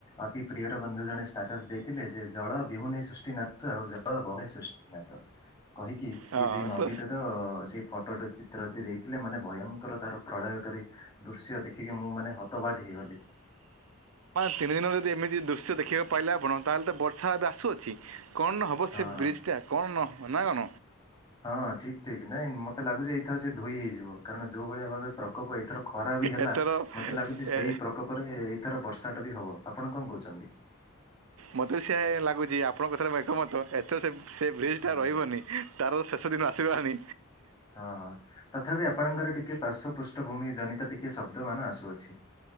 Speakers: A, on the left; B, on the right.
A: ଅତି ପ୍ରିୟର ବନ୍ଧୁ ଜଣେ ଷ୍ଟାଟସ ଦେଇଥିଲେ ଯେ- ଜଳ ବିହୁନେ ସୃଷ୍ଟିନାଶ, ଆଉ ଜଳ ବହୁ ସୃଷ୍ଟିନାଶ। କହିକି? ସିଏ
B: ହଁ
A: ସେଇ ନଦୀଟାର
B: ତ
A: ସେଇ ଫଟୋଟ ଚିତ୍ର ଯଦି ଦେଇଥିଲେ, ମାନେ ଭୟଙ୍କର ତାର ପ୍ରଳୟକାରୀ ଦୃଶ୍ୟ ଦେଖିକି ମୁଁ ମାନେ ହତବାଗ ହେଇଗଲି।
B: ତିନିଦିନ ଯଦି ଏମିତି ଦୃଶ୍ୟ ଦେଖିବାକୁ ପାଇଲେ ଆପଣ, ତାହେଲେ ତ ବର୍ଷା ଏବେ ଆସୁଅଛି କଣ ନ ହେବ? ହବ
A: ହଁ।
B: ସେ ବ୍ରିଜ୍ ଟା କଣ ନବ ନା କଣ?
A: ହଁ ଠିକ୍ ଠିକ୍, ନାଇଁ ମତେ ଲାଗୁଛି ଏଇଥରେ ସେ ଧୋଇ ହେଇଯିବ ଆଉ କାରଣ ଯେଉଁ ଭଳିଆ ଭାବେ ପ୍ରକୋପ ଏଇଥର ଖରା ବି ହେଲା,
B: ଏଥର
A: ମୋତେ ଲାଗୁଛି ସେହି
B: ଏ,
A: ପ୍ରକୋପ ପରେ ଏଇଥର ବର୍ଷାଟା ବି ହବ, ଆପଣ କଣ କହୁଛନ୍ତି
B: ମତେ ବି ସେ ଲାଗୁଛି, ଆପଣଙ୍କ କଥାରେ ଏକମତ, ଏଥର ସେ ସେ ବ୍ରିଜ
A: ହଁ।
B: ଟା ରହିବନି। ତାର <unintelligible> ଶେଷ ଦିନ ଆସି ଗଲାଣି।
A: ହଁ ହଁ ତଥାପି ଆପଣଙ୍କର ଟିକେ ପାର୍ଶ୍ଵ ପୃଷ୍ଠଭୂମି ଜନିତ ଟିକେ ଶବ୍ଦ ମାନ ଆସୁଅଛି।